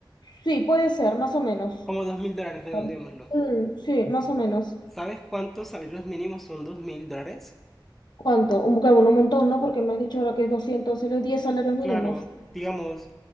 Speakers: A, on the left; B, in the centre.
A: sí, puede ser, más o menos.
B: Como 2.000 dólares, redondeémoslo.
A: claro. Mm, sí, más o menos.
B: ¿Sabes cuántos salarios mínimos son 2.000 dólares?
A: ¿Cuánto? Un, bueno, un montón, ¿no? Porque me has dicho ahora que es 200 solo es 10 salarios mínimos.
B: Claro, digamos,